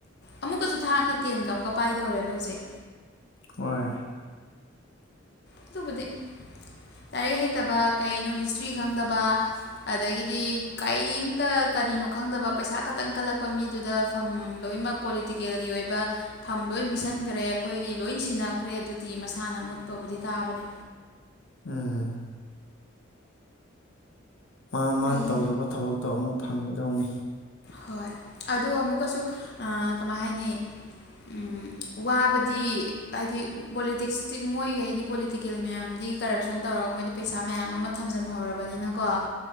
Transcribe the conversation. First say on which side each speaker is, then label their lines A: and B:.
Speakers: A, on the left; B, on the left.
A: ꯑꯃꯨꯛꯀꯁꯨ ꯊꯥꯡꯒ ꯇꯦꯟꯒ ꯑꯃꯨꯛꯀ ꯄꯥꯏꯗꯧꯔꯦꯕ ꯍꯧꯖꯤꯛ
B: ꯍꯣꯏ
A: ꯑꯗꯨꯕꯨꯗꯤ ꯂꯥꯏꯔꯤꯛ ꯍꯩꯇꯕ ꯀꯩꯅꯣ ꯍꯤꯁꯇ꯭ꯔꯤ ꯈꯪꯗꯕ ꯑꯗꯒꯤꯗꯤ ꯀꯩꯝꯇ ꯀꯔꯤꯅꯣ ꯈꯪꯗꯕ ꯄꯩꯁꯥ ꯈꯛꯇꯪ ꯀꯜꯂꯛꯄ ꯃꯤ ꯑꯗꯨꯗ ꯐꯝ ꯂꯣꯏꯅꯃꯛ ꯄꯣꯂꯤꯇꯤꯀꯦꯜꯒꯤ ꯑꯣꯏꯕ ꯐꯝ ꯂꯣꯏ ꯄꯤꯁꯟꯒ꯭ꯔꯦ ꯑꯩꯈꯣꯏꯒꯤ ꯂꯣꯏ ꯁꯤꯟꯅꯈ꯭ꯔꯦ ꯑꯗꯨꯗꯤ ꯃꯁꯥꯅ ꯃꯨꯠꯄꯕꯨꯗꯤ ꯇꯥꯕꯅꯦ
B: ꯎꯝ꯫ ꯃꯥ ꯃꯥꯅ
A: ꯑꯩ
B: ꯇꯧꯖꯕ ꯊꯕꯛꯇꯣ ꯑꯃꯨꯛ ꯐꯪꯒꯗꯕꯅꯤ꯫
A: ꯍꯣꯏ ꯑꯗꯣ ꯑꯃꯨꯛꯀꯁꯨ ꯑ ꯀꯃꯥꯏ ꯍꯥꯏꯅꯤ ꯑꯨꯝ ꯋꯥꯕꯗꯤ ꯍꯥꯏꯗꯤ ꯄꯣꯂꯤꯇꯤꯛꯁꯇꯤ ꯃꯣꯏꯒꯩꯗꯤ ꯄꯣꯂꯤꯇꯤꯀꯦꯜ ꯃꯌꯥꯝꯗꯤ ꯀꯔꯞꯁꯟ ꯇꯧꯔꯒ ꯃꯣꯏꯗꯤ ꯄꯩꯁꯥ ꯃꯌꯥꯝ ꯑꯃ ꯊꯝꯖꯤꯟꯍꯧꯔꯕꯅꯤꯅꯀꯣ